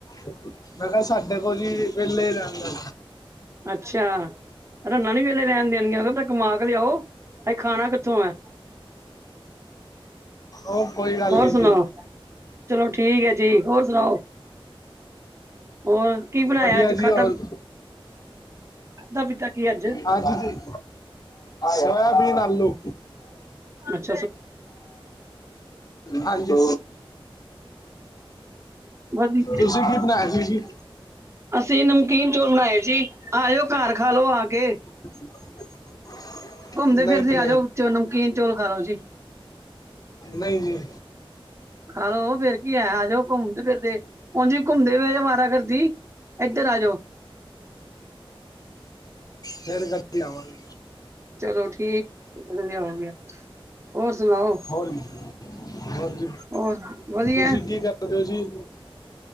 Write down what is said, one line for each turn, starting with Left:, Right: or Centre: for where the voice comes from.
Left: ਮੈਂ ਕਿਹਾ ਸਾਡੇ ਕੋਲ ਜੀ ਵੇਲੇ ਰਹਿੰਦਾ
Right: ਅੱਛਾ, ਰੰਨਾ ਨੀ ਵੇਲੇ ਰਹਿਣ ਦੇਣਗੀਆਂ ਉਹ ਕਮਾ ਕੇ ਲਿਆਓ ਅਸੀ ਖਾਣਾ ਕਿੱਥੋਂ ਐ
Left: ਉਹ ਕੋਈ ਗੱਲ
Right: ਹੋਰ
Left: ਨਹੀਂ
Right: ਸੁਣਾਓ,
Left: ਜੀ
Right: ਚਲੋ ਠੀਕ ਐ ਜੀ ਔਰ ਸੁਣਾਓ, ਹੋਰ ਕੀ ਬਣਾਇਆ
Left: ਵਧੀਆ
Right: ਅੱਜ
Left: ਜੀ
Right: ਖਾਧਾ
Left: ਹੋਲ,
Right: ਖਾਧਾ ਪੀਤਾ ਕੀ ਅੱਜ
Left: ਹਾਂਜੀ ਜੀ ਸੋਇਆਬੀਨ ਆਲੂ
Right: ਅੱਛਾ
Left: ਹਾਂਜੀ
Right: ਵਧੀਆ
Left: ਤੁਸੀ ਕੀ ਬਣਾਇਆ ਸੀ ਜੀ
Right: ਅਸੀਂ ਨਮਕੀਨ ਚੋਲ ਬਣਾਏ ਸੀ, ਆਜੋ ਘਰ ਖਾ ਲਓ ਆ ਕੇ
Left: <inaudible>
Right: ਘੁੰਮਦੇ
Left: ਨਹੀਂ
Right: ਫਿਰਦੇ ਆਜੋ ਵਿਚੋ ਨਮਕੀਨ ਚੋਲ ਖਾ ਲੋੋ ਜੀ
Left: ਨਹੀ ਜੀ
Right: ਖਾ ਲਓ ਫਿਰ ਕੀ ਹੋਇਆ ਆਜੋ ਘੁੰਮਦੇ ਫਿਰਦੇ, ਉਂਝ ਵੀ ਘੁੰਮਦੇ ਪਏ ਅਵਾਰਾ ਕਰਦੀ ਇਧਰ ਆ ਜਓ
Left: ਸੈਰ ਕਰਦੇ ਆਵਾਂਗੇ
Right: ਚਲੋ ਠੀਕ ਵਧੀਆ ਹੋ ਗਿਆ ਹੋਰ ਸੁਣਾਓ
Left: ਹੋਰ ਜੀ ਹੋਰ ਜੀ
Right: ਹੋਰ ਵਧੀਆ
Left: ਤੁਸੀਂ ਕੀ ਕਰਦੇ ਓ ਜੀ